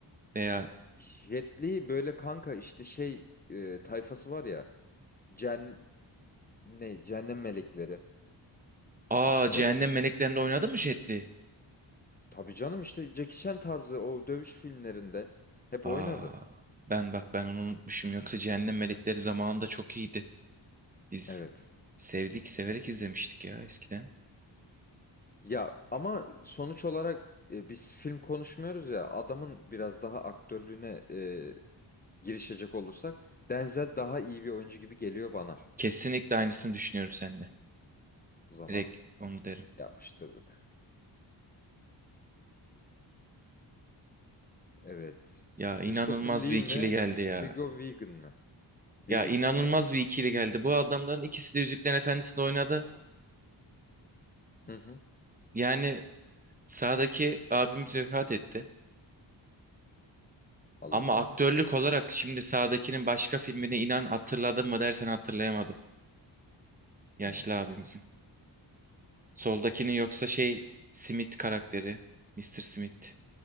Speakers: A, on the right; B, on the left.
A: Veya
B: Jet Li böyle kanka işte şey e, tayfası var ya. Cen ne? Cehennem melekleri.
A: aa
B: İşte
A: Cehennem Meleklerinde oynadı mı Jet Li?
B: Tabii canım işte Jackie Chan tarzı o dövüş filmlerinde hep
A: Aa
B: oynadı.
A: ben bak ben onu unutmuşum. Yoksa Cehennem Melekleri zamanında çok iyiydi. Biz
B: Evet.
A: sevdik, severek izlemiştik ya eskiden.
B: Ya ama sonuç olarak e, biz film konuşmuyoruz ya adamın biraz daha aktörlüğüne e, girişecek olursak Denzel daha iyi bir oyuncu gibi geliyor bana.
A: Kesinlikle aynısını düşünüyorum sende.
B: O zaman
A: Direkt onu derim.
B: yapıştırdık. Evet.
A: Ya
B: Christopher
A: inanılmaz
B: Lee
A: bir ikili
B: mi?
A: geldi ya.
B: Hugo Weaving mi?
A: Ya
B: Weaving
A: inanılmaz
B: pardon.
A: bir ikili geldi. Bu adamların ikisi de Yüzüklerin Efendisi'nde oynadı.
B: Hı hı.
A: Yani sağdaki abimiz vefat etti.
B: Allah
A: Ama
B: rahmet
A: aktörlük
B: eylesin.
A: olarak şimdi sağdakinin başka filmini inan hatırladın mı dersen hatırlayamadım. Yaşlı
B: Hmm.
A: abimizin. Soldakinin yoksa şey Smith karakteri. Mister Smith.